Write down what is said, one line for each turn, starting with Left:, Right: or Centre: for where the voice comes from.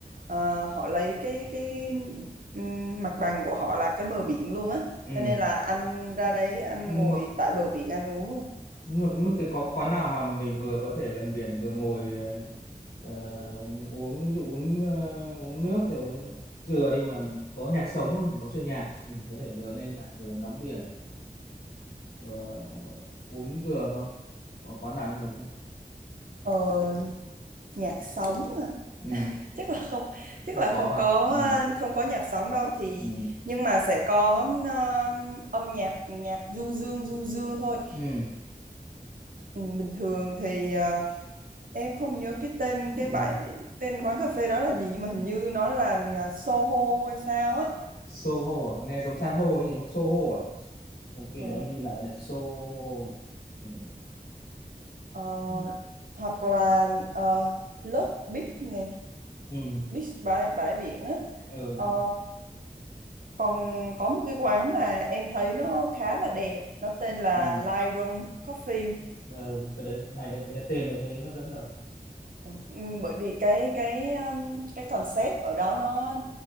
Right: ờ, họ lấy cái cái ừm, mặt bằng của họ là cái bờ biển luôn á
Left: ừ.
Right: cho nên là anh ra đấy anh
Left: Nhưng
Right: ngồi
Left: mà,
Right: tại bờ biển anh uống luôn
Left: nhưng mà, nhưng mà cái có quán nào mà mình vừa có thể gần biển vừa ngồi ờ, uống ví dụ uống ờ, uống nước rồi uống dừa đi mà có nhạc sống không? Có chơi nhạc, mình có thể vừa nghe nhạc vừa ngắm biển vừa uống dừa không? Có quán nào như thế không?
Right: Ờ, nhạc sống hả?
Left: Ừ,
Right: chắc là không chắc
Left: không
Right: là
Left: có
Right: không có
Left: à? Ừ.
Right: ờ, không có nhạc sống đâu thì
Left: ừ
Right: nhưng mà sẽ có ờ, âm nhạc nhạc du dương du dương thôi
Left: ừ
Right: ừ, bình thường thì ờ, em không nhớ cái tên cái
Left: ừ
Right: bãi tên quán cà phê đó là gì nhưng mà hình như nó là ờ, Soho hay sao á
Left: Soho à? nghe giống san hô ấy gì không Soho à ok để
Right: Ờ,
Left: anh ghi lại là Soho ừ
Right: ờ,
Left: ừ
Right: hoặc là ờ, Love Beach này
Left: ừ
Right: Beach bãi bãi biển á
Left: ừ,
Right: Ờ, còn có một cái quán mà em thấy nó khá là đẹp nó tên là
Left: ừ.
Right: Lightroom Coffee
Left: là cái đấy hay đấy nghe tên rồi thấy hấp dẫn rồi
Right: Ừ, ừ, bởi vì cái cái um, cái concept ở đó nó